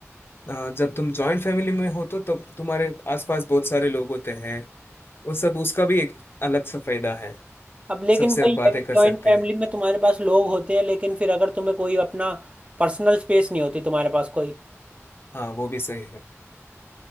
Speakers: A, on the left; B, on the right.
A: अ, जब तुम जॉइंट फैमिली में हो तो तब तुम्हारे आसपास बहुत सारे लोग होते हैं वो सब उसका भी एक अलग सा फायदा है
B: अब लेकिन
A: सबसे
B: वही
A: आप बातें
B: है कि
A: कर
B: जॉइंट
A: सकते
B: फैमिली
A: हैं
B: में तुम्हारे पास लोग होते हैं लेकिन फिर अगर तुम्हें कोई अपना पर्सनल स्पेस नहीं होती तुम्हारे पास कोई
A: हाँ वो भी सही है